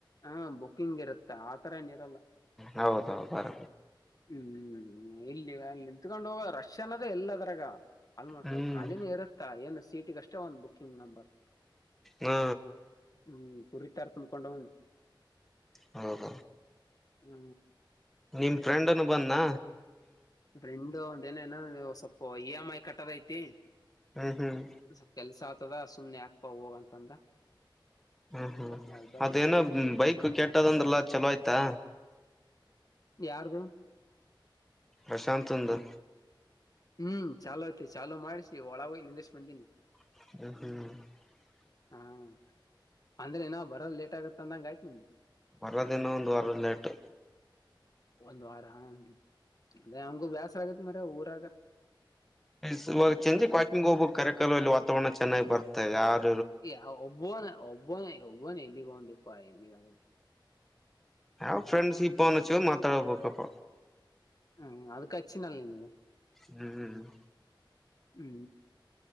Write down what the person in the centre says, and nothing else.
ಹೌದೌದು ಬರ
ಹ್ಮ್
ಹಾ
ಹೌದ
ನಿಮ್ ಫ್ರೆಂಡನು ಬಂದ್ ನ
ಹ್ಮ್ ಹ್ಮ್
ಹ ಹಾ
ಅದೇಏನ
ಬೈಕ್ ಕೆಟ್ಟದಂದ್ರಲ್ಲ ಚಲೋ ಆಯ್ತಾ
ಪ್ರಶಾಂತಂದು
<unintelligible>
ಬರೋದ ಇನ್ನು ಒಂದ ವಾರ ಲೇಟ್.
ಸ್ವ ಸಂಜೀಕ ವಾಕಿಂಗ್ ಹೋಗ್ಬೇಕ ಕರೆಕಾಲಲು ಅಲ್ಲಿ ವಾತಾವರಣ ಚೆನ್ನಾಗ ಬರ್ತ ಯಾರ
ಯಾವ್ ಫ್ರೆಂಡ್ಸ್ಗ ಫೋನ್ ಹಚ್ಚಿಗೋದ ಮಾತಾಡಬೇಕಪ್ಪ.
ಹ್ಮ ಹ್ಮ.